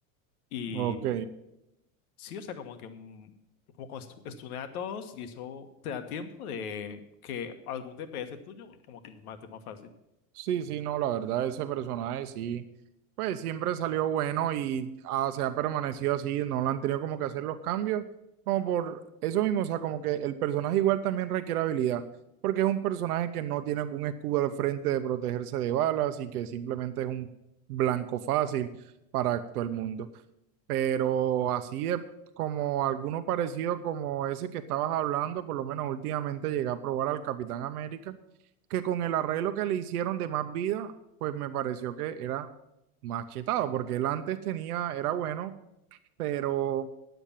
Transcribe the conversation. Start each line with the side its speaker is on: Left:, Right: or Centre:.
Left: Y
Right: ok.
Left: sí, o sea, como que mm, como con estu- estunea a todos y eso te da tiempo de que algún DPS tuyo como que los mate más fácil.
Right: Sí, sí, no, la verdad, ese personaje sí, pues siempre salió bueno y ah, se ha permanecido así, no lo han tenido como que hacer los cambios, como por eso mismo, o sea, como que el personaje igual también requiere habilidad, porque es un personaje que no tiene algún escudo al frente de protegerse de balas y que simplemente es un blanco fácil para todo el mundo pero así de como alguno parecido como ese que estabas hablando, por lo menos últimamente llegué a probar al Capitán América, que con el arreglo que le hicieron de más vida, pues me pareció que era más chetado, porque él antes tenía, era bueno, pero